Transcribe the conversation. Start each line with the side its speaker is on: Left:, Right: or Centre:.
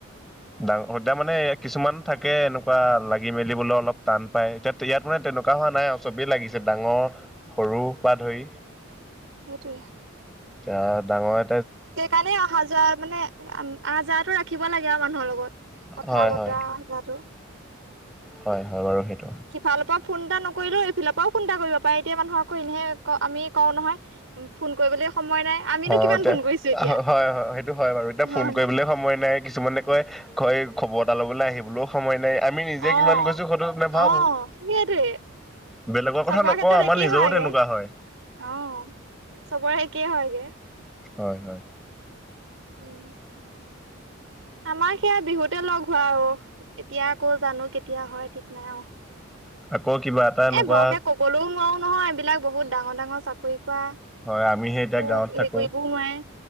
Centre: ডাঙৰ সদ্যা মানে কিছুমান থাকে এনেকোৱা লাগি মেলিবলৈ অলপ টান পায়। এতিয়া ইয়াত মানে তেনেকোৱা এনেকোৱা হোৱা নাই আৰু চবেই লাগিছে ডাঙৰ সৰু বা ধৰি।
Right: সেইটোৱে
Centre: টা ডাঙয়ে
Right: সেইকাৰণে অহা যোৱা মানে আহা যাহটো ৰাখিব লাগে আৰু মানুহৰ লগত। কথা
Centre: হয়
Right: বতৰা
Centre: হয়
Right: যটো
Centre: হয় হয় বাৰু সেইটো
Right: সিফালৰ পৰা ফোন এটা নকৰিলেও এইফালৰ পৰাও ফোন এটা কৰিব পাৰে এতিয়া মানুহ আকৌ এনেহে আমি কওঁ নহয় ফোন কৰিবলৈ সময় নাই আমিনো
Centre: অ'
Right: কিমান
Centre: এতিয়া
Right: ফোন কৰিছো এতিয়া
Centre: হয়, হয় সেইটো হয় বাৰু এতিয়া ফোন
Right: হয়
Centre: কৰিবলৈ
Right: নাই
Centre: সময় নাই। কিছুমানে কয় খবৰ এটা ল'বলৈ আহিবলৈও সময় নাই আমি নিজে
Right: অহ
Centre: কিমান গৈছো সেইটো নাভাবো
Right: অহ সেইটোৱে
Centre: বেলেগৰ কথা
Right: চবৰে
Centre: নকওঁ
Right: ক্ষেত্ৰত
Centre: আমাৰ
Right: একেই
Centre: নিজৰো
Right: হয়গে
Centre: তেনেকুৱা হয়
Right: অ চবৰে একে হয়গে।
Centre: হয় হয়
Right: উম। আমাৰ সেয়া বিহুতে লগ হোৱা আৰু এতিয়া আকৌ জানো কেতিয়া হয় ঠিক নাই অআও
Centre: আকৌ কিবা এটা এনেকুৱা
Right: এই বৰকে কবলৈও নোৱাৰো নহয়, এইবিলাক বহুত ডাঙৰ ডাঙৰ চাকৰি কোৱা
Centre: হয় আমি সেই
Right: আকৌ
Centre: এতিয়া গাঁৱত থাকো
Right: হেৰি কৰিবও নোৱাৰে